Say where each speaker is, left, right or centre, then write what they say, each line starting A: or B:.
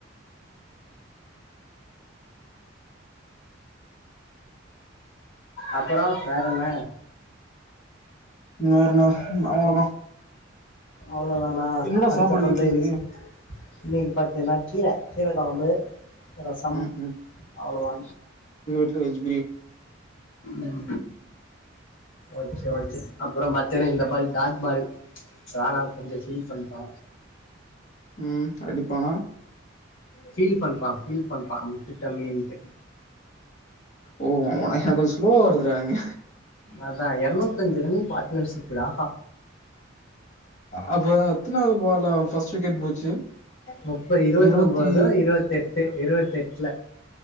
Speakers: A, on the left (about 75°); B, on the left (about 35°).
A: அப்புறோ வேற என்ன
B: வேறென்ன அவ்ளோதா
A: அவ்வளோதானா
B: என்னடா
A: அடுத்த
B: சாப்பாடு
A: பந்தய
B: வீட்ல இன்னைக்கு
A: பேசு இன்னைக்கு பாத்தீன்னா கீர கீரக் கொழம்பு ரசம்
B: ம்
A: அவ்ளதா
B: ட்ல வெஜி
A: உம் ஓகே ஓகே அப்புறோ பாத்தேனா இந்த பால் டாட் பால் ராணா கொஞ்சம் ஃபீல் பண்றா
B: உம் அப்டி போனா
A: ஃபீல் பண்றா ஃபீல் பண்றா விட்டுட்டமேன்ட்டு
B: ஓ ஒனக் <unintelligible> லோவா வருதுறா இங்க
A: அதா எரநூத்தஞ்சு ரன் அடிச்சுருக்குடா
B: அப்ப எத்தனாவது பால்ல ஃபர்ஸ்ட் விக்கெட் போச்சு
A: முப்பது இருவத்தொம்போதோ
B: இருவத்தி
A: இருவத்தெட் டு இருவத்தெட்டுல